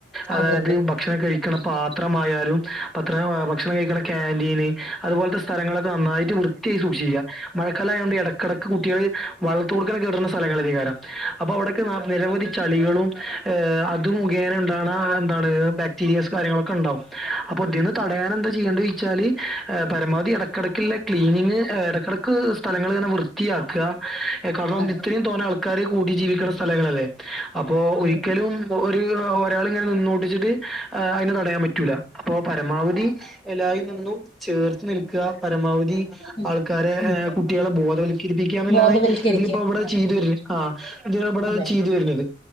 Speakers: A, in the centre; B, on the left.
A: അതായത്
B: അതെ അതെ
A: ഭക്ഷണം കഴിക്കണ പാത്രമായാലും പത്രം ഭക്ഷണം കഴിക്കണ കാന്റീൻ - അതുപോലത്തെ സ്ഥലങ്ങളൊക്കെ നന്നായിട്ട് വൃത്തിയായി സൂക്ഷിക്കുക മഴക്കാലായതുകൊണ്ട് ഇടക്കിടക്ക്- കുട്ടികള് വളളത്തോടുക്ക കേറുന്ന സ്ഥലങ്ങളം അപ്പോ അവിടക്കെ നിരവധി ചളികളും - അത് മുഖേന ണ്ടാക്ന എന്താണ് ബാക്ടീരിയാസ് കാര്യങ്ങളൊക്കെ ഉണ്ടാാവും അപ്പൊ അതിൽന്ന് തടയൻ എന്താ ചെയ്യ? ചാല് പരമാവധി ഇടക്കിടക്കുള്ള ക്ലീൻ- ഇടക്കിടക്ക് സ്ഥലങ്ങിൽങ്ങനെ വൃത്തിയാക്കുക കാരണം
B: അതെ
A: ഇത്രയും തോന്നെ ആൾക്കാരെ കൂടി ജീവിക്ക- സ്ഥലങ്ങളല്ലേ അപ്പോ ഒരിക്കലും
B: അതെ
A: ഒര് - ഒരാള് ഇങ്ങനെ നിന്നോട്ടിച്ചിട്ട് അതിനെ തടയാൻ പറ്റൂല. അപ്പോ പരമാവധി എലായി നിന്നും ചേർത്ത് നിൽക്കുക പരമാവധി
B: ഉം
A: ആൾക്കാരെ
B: ഉം
A: കുട്ടികളെ ബോധവൽക്കരിപ്പിക്കുകന്നുള്ളാണ്
B: ബോധവൽക്കരിക്കുക.
A: ഇതിലിപ്പോ അവിടെ ചെയ്തു വരുന്നത് ആ ഇബടെ
B: അതെ അതെ
A: ചെയ്തു വരുന്നത്